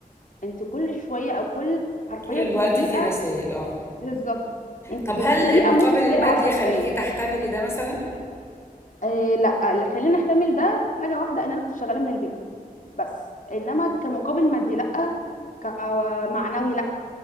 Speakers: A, on the left (about 55°); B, on the left (about 15°).
A: انت كل شوية او كل حرفيا
B: طول الوقت
A: في الدقيقة
B: في رسائل اه
A: بالظبط انت
B: طب
A: في
B: هل
A: الدقيقة
B: المقابل
A: ممكن تلاقي
B: المادي
A: 10
B: يخليكي
A: رسائل
B: تحتملي ده مثلا
A: آه لا اللي خليني احتمل ده حاجه واحده ان انا كنت شغاله من البيت بس انما كمقابل مادي لا كمعنوي لا